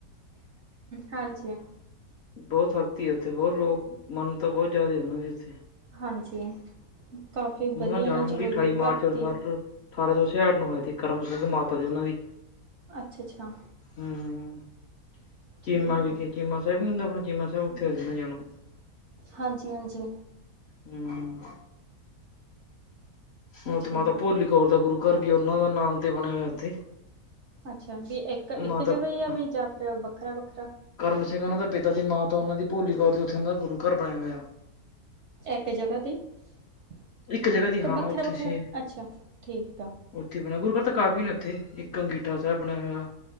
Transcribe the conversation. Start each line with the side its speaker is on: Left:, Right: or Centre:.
Right: ਹਾਂਜੀ
Left: ਬਹੁਤ ਸਖਤੀ ਆ ਉੱਥੇ ਬਹੁਤ ਲੋਕ ਮਨ ਤਾਂ ਬਹੁਤ ਜਾਦੇ ਉਹਨਾਂ ਦੀ ਉੱਥੇ
Right: ਹਾਂਜੀ ਕਾਫੀ
Left: ਉਹਨਾਂ
Right: ਵਧੀਆ
Left: ਦਾ ਜਨਮ
Right: ਨਾ ਚਲੋ
Left: ਅਠਾਈ
Right: ਵੀ
Left: ਮਾਰਚ
Right: ਭਗਤੀ
Left: ਅਠਾਰ ਅਠਾਰਾਂ ਸੌ ਛਿਆਹਠ ਨੂੰ ਹੋਏ ਸੀ ਕਰਮ ਸਿੰਘ ਮਾਤਾ ਦੀ ਉਹਨਾਂ ਦੀ
Right: ਅੱਛਾ-ਅੱਛਾ
Left: ਹੂੰ
Right: ਠੀਕ
Left: ਚੀਮਾ ਵਿਖੇ ਚੀਮਾ ਸਾਹਿਬ ਨੀ ਹੁੰਦਾ ਆਪਣਾ ਚੀਮਾ ਸਾਹਿਬ ਉੱਥੇ ਆ ਜਾਣ ਨੂੰ
Right: ਹਾਂਜੀ-ਹਾਂਜੀ
Left: ਹੂੰ ਹੋ
Right: ਠੀਕ
Left: ਤੇ ਮੈਂ ਤਾ ਪੋਲੀ ਕੌਰ ਦਾ ਗੁਰੂ ਘਰ ਵੀ ਉਹਨਾਂ ਦਾ ਨਾਮ ਤੇ ਬਣਿਆ ਹੋਇਆ ਉੱਥੇ
Right: ਅੱਛਾ ਵੀ ਇੱਕ-ਇੱਕ
Left: ਮਾਤਾ
Right: ਜਗ੍ਹਾ ਹੀ ਆ ਵੀ ਜਾਂ ਫਿਰ ਵੱਖਰਾ-ਵੱਖਰਾ
Left: ਕਰਮ ਸਿੰਘ ਉਹਨਾਂ ਦੇ ਪਿਤਾ ਦੀ ਮਾਂਤਾ ਉਹਨਾਂ ਦੀ ਭੋਲੀ ਕੌਰ ਦੀ ਉੱਥੇ ਉਹ ਦਾ ਗੁਰੂ ਘਰ ਬਣਿਆ ਹੋਇਆ।
Right: ਇੱਕ ਜਗ੍ਹਾ ਤੇ-ਤੇ
Left: ਇੱਕ ਜਗ੍ਹਾ ਦੀ ਹਾਂ
Right: ਵੱਖਰਾ-ਵੱਖਰਾ
Left: ਉੱਥੇ ਸੀ
Right: ਅੱਛਾ ਠੀਕ ਆ।
Left: ਉੱਥੇ ਬਣਿਆ ਗੁਰੂ ਕੱਲ ਤਾਂ ਕਾਫੀ ਨੇ ਉੱਥੇ ਇੱਕ ਅੰਗੀਠਾ ਸਾਹਿਬ ਬਣਿਆ ਹੋਇਆ